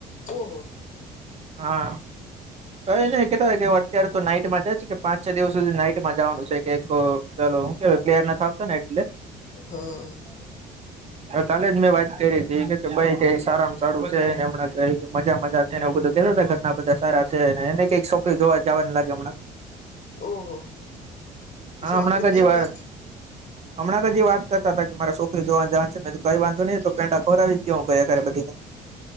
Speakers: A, on the left; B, on the right.
A: ઓહ
B: હા ક એ નને કેતા હોય કે હ અત્યારે તો નાઈટમાં જાયશ કે પાંચ છ દિવસ સુધી નાઈટમાં જવાનું છે કે એક પેલો હું કે પ્લેયર નેાવતો ને એ
A: હા
B: હ કાલે જ મેં વાત કરી હતી એ કે ભાઈ કે સારામાં સારું છે ને એમને ક મજા મજા છે ને એ બધ ઘરના બધા સારા છે અને એને કઈક છોકરી જોવા જવા લાગે હમણાં
A: ઓહો તો
B: હા
A: શું
B: હમણાં
A: આપડે
B: કજી
A: બે જ
B: વાત
A: બાકી
B: હમણાં જ જે એ વાત કરતા હતા કે મારા છોકરી જોવા જવા છે કઈ વાંધો નઈિ તો પેન્ટા ખવર આવી જ ગયો હું કયા ઘ બધીને